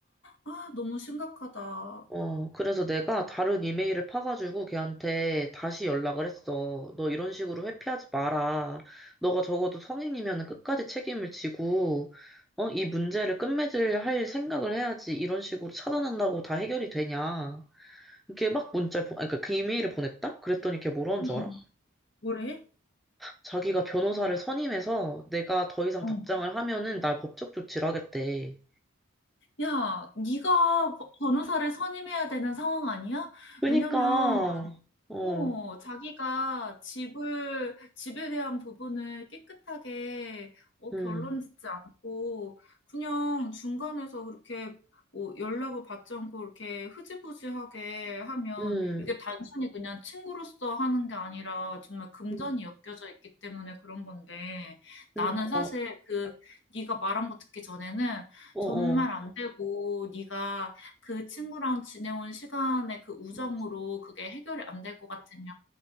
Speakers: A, on the left; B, in the centre.
A: 아 너무 심각하다.
B: 어, 그래서 내가 다른 이메일을 파가지고 걔한테 다시 연락을 했어. 너 이런 식으로 회피하지 마라. 너가 적어도 성인이면 끝까지 책임을 지고, 어, 이 문제를 끝맺을 할 생각을 해야지. 이런 식으로 차단한다고 다 해결이 되냐. 이렇게 막 문자를, 보, 아니, 그러니까 그 이메일을 보냈다? 그랬더니 걔 뭐라는
A: 음음.
B: 줄 알아?
A: 뭐래?
B: 자기가 변호사를 선임해서 내가 더 이상
A: 어.
B: 답장을 하면은 날 법적 조치를 하겠대.
A: 야, 네가 버- 변호사를 선임해야 되는 상황 아니야?
B: 그니까,
A: 왜냐면
B: 어,
A: 어, 자기가 집을, 집에 대한 부분을 깨끗하게, 어,
B: 음,
A: 결론 짓지 않고, 그냥 중간에서 그렇게, 뭐, 연락을 받지 않고, 이렇게 흐지부지하게 하면,
B: 음,
A: 이게 단순히 그냥 친구로서 하는 게 아니라, 정말 금전이
B: 음,
A: 엮여져 있기 때문에 그런 건데,
B: 그니까,
A: 나는 사실 그, 네가 말한 거 듣기 전에는,
B: 어,
A: 정말
B: 어,
A: 안 되고, 네가 그 친구랑 지내온 시간의 그 우정으로
B: 음,
A: 그게 해결이 안 될 것 같으면